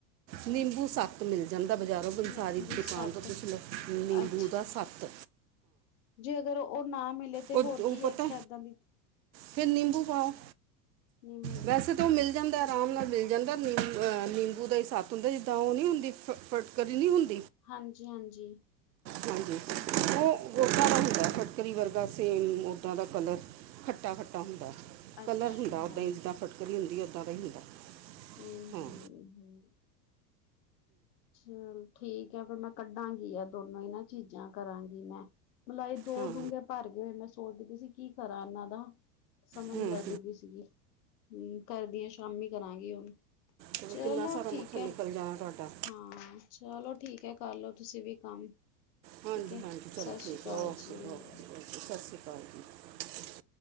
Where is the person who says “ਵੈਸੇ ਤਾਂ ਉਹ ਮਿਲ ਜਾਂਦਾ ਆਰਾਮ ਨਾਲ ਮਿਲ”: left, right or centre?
Right